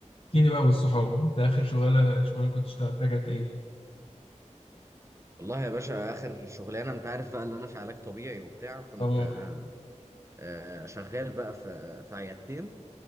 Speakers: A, on the left (about 50°); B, on the right (about 25°).
A: احكي لي بقى والصحاب انت اخر شغاله شغاله كنت اشتغلتها كانت ايه
B: والله يا باشا اخر شغلانه انت عارف بقى اللي انا في علاج طبيعي وبتاع كنت
A: اه
B: آه،
A: اه
B: آه، شغال بقى في في عيادتين